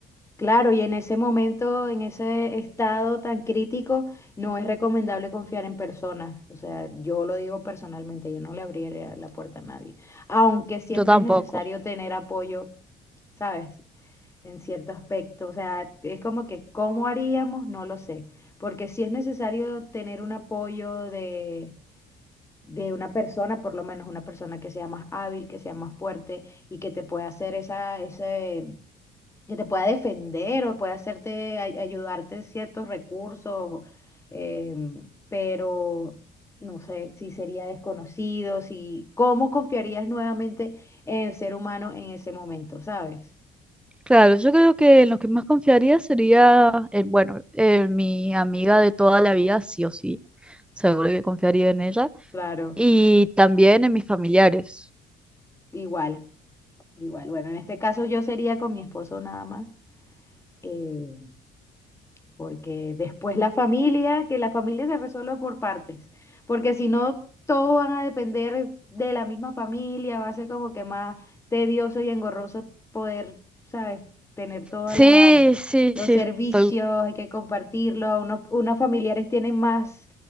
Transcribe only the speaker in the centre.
Yo tampoco.
Claro, yo creo que en lo que más confiaría sería, en, bueno, en mi amiga de toda la vida, sí o sí. Seguro que confiaría en ella.
Y también en mis familiares.
Sí,
sí,
sí.
tal-